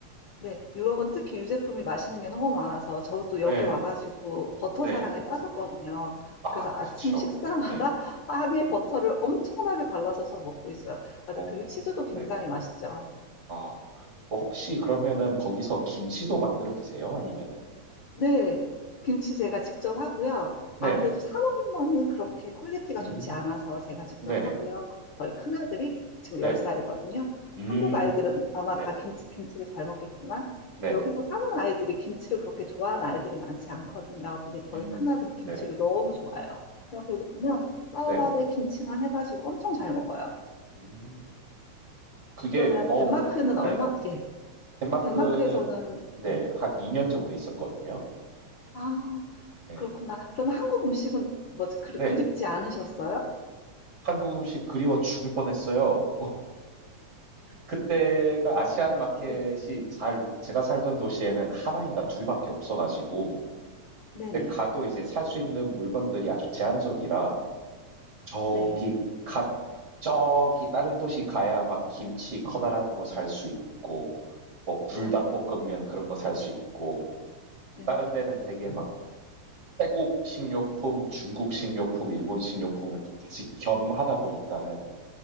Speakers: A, on the left; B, on the right.
A: 네, 유럽은 특히 유제품이 맛있는 게 너무 많아서 저도 여기
B: 네,
A: 와가지고 버터
B: 네.
A: 사랑에 빠졌거든요.
B: 아,
A: 그래서 아침
B: 그쵸.
A: 식사마다
B: 네.
A: <laughs> 빵에 버터를
B: 음,
A: 엄청나게 발라서 저 먹고 있어요. 맞아요.
B: 어,
A: 그리고 치즈도 굉장히
B: 네.
A: 맛있죠.
B: 아, 뭐 혹시 그러면은 거기서 김치도 만들어 드세요? 아니면은?
A: 네, 김치 제가 직접 하고요.
B: 네네.
A: 아무래도 사 먹는 거는 그렇게 퀄리티가
B: 음,
A: 좋지 않아서 제가 직접
B: 네네.
A: 하고요. 그리고 저희
B: 어,
A: 큰아들이
B: 음,
A: 지금
B: 네네.
A: 10살이거든요.
B: 음.
A: 한국 아이들은 아마
B: 네네.
A: 다 김치, 김치를 잘 먹겠지만
B: 네네.
A: 여기서 사는 아이들이 김치를 그렇게 좋아하는 아이들이 많지 않거든요. 근데 저희
B: 음.
A: 큰아들은 김치를
B: 네네.
A: 너무 좋아해요. 그냥 배고프면
B: 음.
A: 쌀밥에
B: 네네.
A: 김치만 해가지고 엄청 잘 먹어요.
B: 음. 그게
A: 그러면
B: 어우
A: 덴마크는 얼마?
B: 예.
A: 예,
B: 덴마크는
A: 덴마크에서는
B: 네.
A: 네.
B: 한 2년 정도 있었거든요.
A: 아,
B: 네.
A: 그렇구나. 그럼 한국 음식은 뭐지? 그,
B: 네.
A: 그립지 않으셨어요?
B: 한국 음식 그리워 죽을 뻔했어요. 그때가 아시안 마켓이
A: 네.
B: 잘 제가 살던 도시에는 하나 인가 두 개 밖에 없어 가지고
A: 네네.
B: 근데 가도 이제 살 수 있는 물건들이 아주 제한적이라 저기
A: 네.
B: 가 저기 다른 도시 가야 막 김치 커다란 거 살 수 있고 뭐 불닭볶음면
A: 네.
B: 그런 거 살 수 있고
A: 네네.
B: 다른 데는 되게 막 태국 식료품, 중국 식료품, 일본 식료품을 같이 겸하다 보니까는